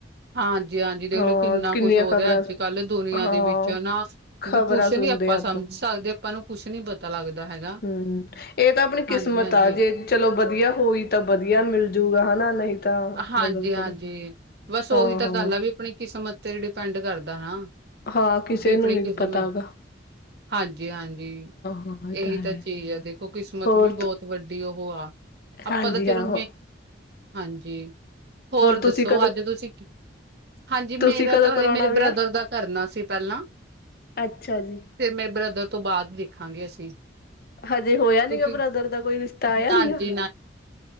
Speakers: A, on the right; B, on the left.
A: ਹਾਂਜੀ-ਹਾਂਜੀ, ਦੇਖ
B: ਹਾਂ
A: ਲਓ ਕਿੰਨਾ
B: ਕਿੰਨੀਆਂ
A: ਕੁਛ ਹੋ
B: ਖ਼ਬਰਾਂ
A: ਰਿਹਾ ਅੱਜ-ਕੱਲ ਦੁਨੀਆਂ
B: ਹਾਂ
A: ਦੇ ਵਿੱਚ ਨਾ
B: ਖ਼ਬਰਾਂ
A: ਵੀ ਕੁਛ
B: ਸੁਣਦੇ
A: ਨੀ ਆਪਾਂ
B: ਹਾਂ
A: ਸਮਝ ਸਕਦੇ, ਆਪਾਂ ਨੂੰ ਕੁਛ ਨੀ ਪਤਾ ਲੱਗਦਾ ਹੈਗਾ।
B: ਹਮ, ਇਹ ਤਾਂ ਆਪਣੀ
A: ਹਾਂਜੀ-ਹਾਂਜੀ।
B: ਕਿਸਮਤ ਆ ਜੇ ਚਲੋ ਵਧੀਆ ਹੋਈ ਤਾਂ ਵਧੀਆ ਮਿਲਜੂਗਾ ਹਨਾ ਨਹੀਂ। ਤਾਂ
A: ਹਾਂਜੀ-ਹਾਂਜੀ,
B: ਮਤਲਬ ਚਲੋ
A: ਬਸ ਉਹੀ
B: ਹਾਂ
A: ਤਾਂ
B: ਹਾਂ
A: ਗੱਲ ਆ ਵੀ ਆਪਣੀ ਕਿਸਮਤ ਤੇ ਡਿਪੈਂਡ ਕਰਦਾ ਨਾ।
B: ਹਾਂ ਕਿਸੇ
A: ਵੀ ਆਪਣੀ
B: ਨੂੰ ਨੀ
A: ਕਿਸਮਤ
B: ਪਤਾ ਹੈਗਾ।
A: ਹਾਂਜੀ-ਹਾਂਜੀ,
B: ਹਾਂ
A: ਇਹੀ
B: ਇਹ ਹੈ
A: ਤਾਂ ਚੀਜ਼ ਏ, ਦੇਖੋ ਕਿਸਮਤ
B: ਹੋਰ
A: ਵੀ ਬਹੁਤ ਵੱਡੀ ਉਹ ਆ, ਆਪਾਂ
B: ਹਾਂਜੀ
A: ਤਾਂ ਚਲੋ
B: ਹਾਂ ਹੋ
A: ਮੇ ਹਾਂਜੀ। ਹੋਰ
B: ਤੁਸੀਂ
A: ਦੱਸੋ
B: ਕਦੋਂ
A: ਅੱਜ ਤੁਸੀਂ ਕੀ ਹਾਂਜੀ,
B: ਤੁਸੀਂ
A: ਮੇਰਾ
B: ਕਦੋਂ
A: ਤਾਂ
B: ਕਰਾਉਣਾ
A: ਹਾਲੇ ਮੇਰੇ
B: ਵਿਆਹ?
A: ਬ੍ਰਦਰ ਦਾ ਕਰਨਾ ਸੀ ਪਹਿਲਾਂ
B: ਅੱਛਾ ਜੀ।
A: ਫਿਰ ਮੇਰੇ ਬ੍ਰਦਰ ਤੋਂ ਬਾਅਦ ਦੇਖਾਂਗੇ ਅਸੀਂ।
B: ਹਜੇ ਹੋਇਆ
A: ਕਿਉਂਕਿ
B: ਨੀ ਗਾ ਬ੍ਰਦਰ ਦਾ ਕੋਈ ਰਿਸ਼ਤਾ
A: ਨਾਂਜੀ,
B: ਆਇਆ ਨੀ ਗਾ,